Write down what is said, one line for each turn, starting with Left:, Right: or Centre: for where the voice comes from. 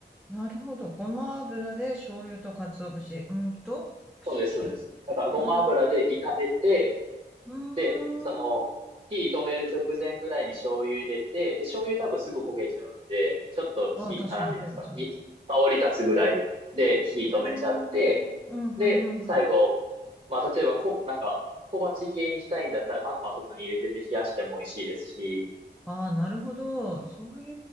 Centre: なるほど。ごま油で醤油と鰹節。うんと、くしゅ
Right: そうです、そうです。だからごま油で炒めて、
Centre: なるほど。う
Right: で、その、
Centre: ーん。
Right: 火止める直前ぐらいに醤油入れて、で、醤油多分すぐ焦げちゃうんで、ちょっと火、
Centre: ああ、確かに、
Right: あ、なんていうんですか、
Centre: これじゃ
Right: に、香り立つぐらいで火止めちゃって、
Centre: ああ、うん、うん、
Right: で、
Centre: うん、
Right: 最後、
Centre: うん。
Right: まあ、例えばこ、なんか、小鉢系にしたいんだったらタッパーとかに入れてて冷やしても美味しいですし、
Centre: ああ、なるほど。そうい